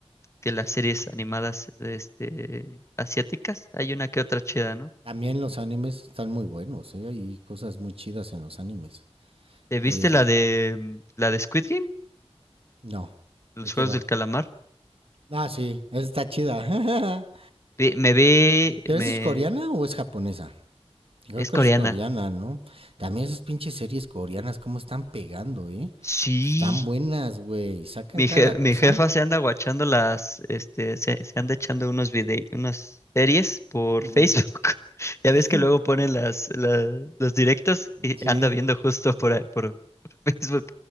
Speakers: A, on the left; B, on the right.
A: que las series animadas, este, asiáticas, hay una que otra chida, ¿no?
B: También los animes están muy buenos, ¿eh? Hay cosas muy chidas en los animes.
A: ¿Te viste
B: Que
A: la de mm, la de Squid Game?
B: no,
A: Los
B: ¿de qué
A: Juegos
B: va?
A: del Calamar.
B: Ah, sí, esa está chida. <laughs>
A: Vi- Me ve,
B: ¿Pero
A: me
B: esa es coreana o es japonesa? Yo
A: es
B: creo que
A: coreana.
B: es coreana, ¿no? También esas pinches series coreanas, cómo están pegando, ¿eh?
A: Sí.
B: Están buenas, güey. Sacan
A: Mi,
B: cada
A: je- mi
B: cosa.
A: jefa se anda guachando las, este, se, se anda echando unos videos, unas series por
B: Ujú.
A: Facebook. <laughs> Ya
B: <laughs>
A: ves que luego ponen las, la- los directos y
B: Sí.
A: anda viendo justo por, a- por, por <laughs> Facebook